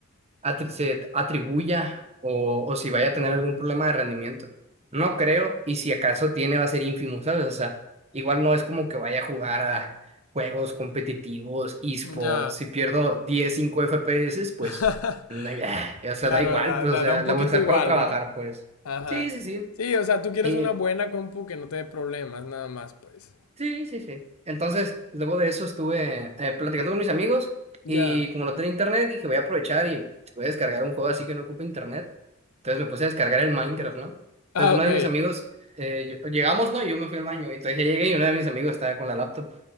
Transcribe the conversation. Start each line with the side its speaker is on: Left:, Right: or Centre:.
Right: atri- se atribuya o, o si vaya a tener algún problema de rendimiento. No creo y si acaso tiene va a ser ínfimo, ¿sabes? O sea, igual no es como que vaya a jugar a juegos competitivos, esports,
Left: Ya.
Right: si pierdo 10, 5 FPS, pues,
Left: <laughs>
Right: no, hay- o sea,
Left: Claro,
Right: da igual,
Left: da,
Right: pues,
Left: da,
Right: o sea,
Left: da un
Right: la
Left: poquito
Right: voy a usar
Left: igual,
Right: para trabajar,
Left: ¿no?
Right: pues.
Left: Ajá.
Right: Sí, sí,
Left: Sí, o sea, tú quieres
Right: sí.
Left: una buena compu que no te dé problemas, nada más, pues.
Right: Sí, sí, sí. Entonces, luego de eso estuve eh, platicando con mis amigos
Left: Ya.
Right: y como no tenía internet, dije, voy a aprovechar y voy a descargar un juego así que no ocupe internet. Entonces me puse a descargar el Minecraft, ¿no? Entonces
Left: Ah,
Right: uno
Left: ok.
Right: de mis amigos, eh, yo- llegamos, ¿no? Y yo me fui al baño. Y entonces ya llegué y uno de mis amigos estaba con la laptop.